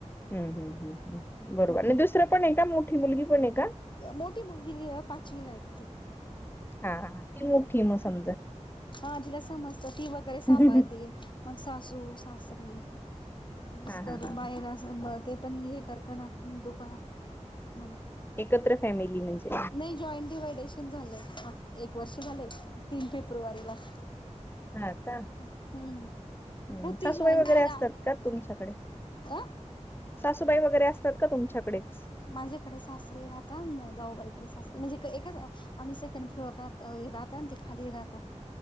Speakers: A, on the left; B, on the left.
A: हम् हम् हम् बरोबर आणि दुसरं पण आहे का मोठी मुलगी पण आहे का.
B: मोठी मुलगी ही पाचवीला आहेत ती.
A: हा हा ती मोठी म समजा.
B: हा तिला समजत ती वगैरे सांभाळती
A: हा
B: मग सासू सासरे. मिस्टर
A: हा हा
B: बायर
A: हा
B: अस ते पण हे करता ना दुकान नाम.
A: एकत्र फॅमिली म्हणजे
B: नाही जॉईंट डिवायडेशन झालंय. एक वर्ष झालंय तीन फेब्रुवारीला.
A: हा का
B: हम्म
A: हम्म
B: होती
A: सासूबाई
B: जॉईंट
A: वगैरे
B: मला.
A: असतात का तुमच्याकडे.
B: अ
A: सासूबाई वगैरे असतात का तुमच्याकडेच.
B: माझ्याकडे सासरे राहता अन् जाऊबाईकडे सास म्हणजे अं एकच अं. आम्ही सेकंड फ्लोरला राहता ते खाली राहता